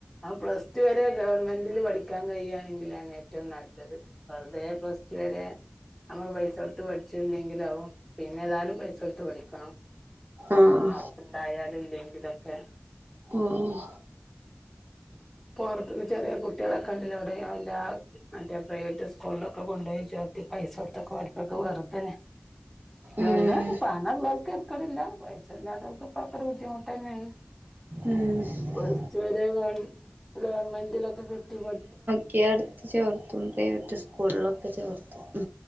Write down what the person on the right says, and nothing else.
ആഹ്
ഉം ഉം
ഉം
ഉം.
<unintelligible> എടുത്ത് ചേർത്തുമ്പേ <unintelligible> സ്കൂളിലൊക്കെ ചേർത്തും.